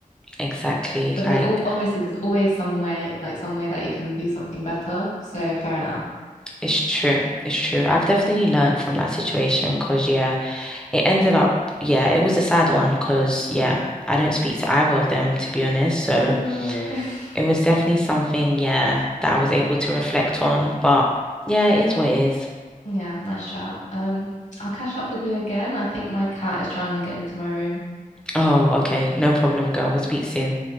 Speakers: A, in the centre; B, on the left.
A: exactly.
B: But then
A: Like,
B: o- obviously there's always some way, like some way that you can do something better. So fair enough.
A: it's true, it's true. I've definitely learned from that situation because, yeah. It ended up, yeah, it was a sad one because, yeah, I don't speak to either of them, to be honest. So
B: Oh no. <laughs>
A: it was definitely something, yeah, that I was able to reflect on. But yeah, it is what it is.
B: Yeah, nice chat. Um, I'll catch up with you again. I think my cat is trying to get into my room.
A: Oh, okay. No problem, girl. We'll speak soon.